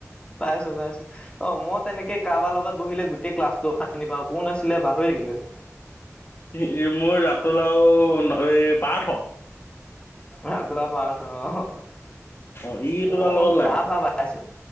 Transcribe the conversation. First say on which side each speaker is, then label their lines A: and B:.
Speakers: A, on the left (about 20°); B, on the left (about 45°).
A: পাইছোঁ - পাইছোঁ', অ' মই তেনেকে কাৰোবাৰ লগত বহিলে গোটেই ক্লাছতো অশান্তি পাওঁ, কোন আছিলে পাহৰি থাকিলোঁ',
B: ই', -এই', মোৰ, ৰাতুল আৰু ন এই পাৰ্থ',
A: ৰাতুল আৰু পাৰ্থ অহ', -হ',
B: অ ই
A: মোৰ
B: দুটাৰ লগত লাগে
A: কাৰ পৰা', পাইছোঁ,